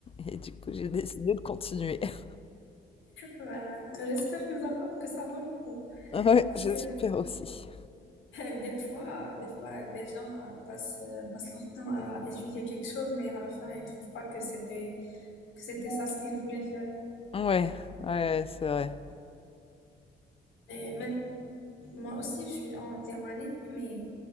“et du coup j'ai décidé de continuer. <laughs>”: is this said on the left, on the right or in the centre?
Left